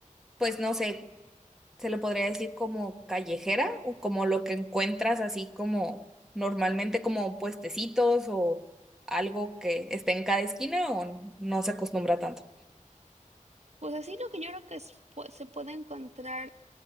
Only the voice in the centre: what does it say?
pues no sé, se le podría decir como callejera o como lo que encuentras así como normalmente como puestecitos o algo que esté en cada esquina o no se acostumbra tanto?